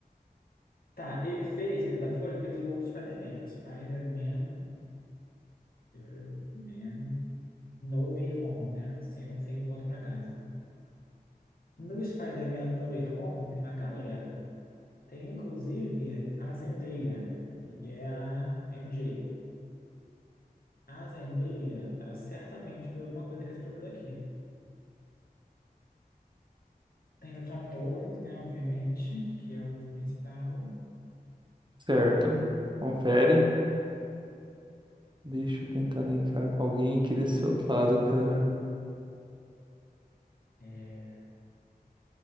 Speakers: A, on the left (about 70°); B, on the right (about 30°).
A: Tá, ele fez, né, da Folha, fez o outro Spider-Man, que é o Spider-Man. Spider-Man. No Way Home, né? Sem, sem volta pra casa. No Spider-Man No Way Home tem uma galera. Tem inclusive a Zendaya, que é a MJ. A Zendaya, ela certamente fez alguma coisa com esse povo daqui. Tem o Tom Holland, né, obviamente, que é o principal.
B: Certo. Confere. Deixa eu tentar linkar com alguém aqui desse outro lado, cara.
A: É,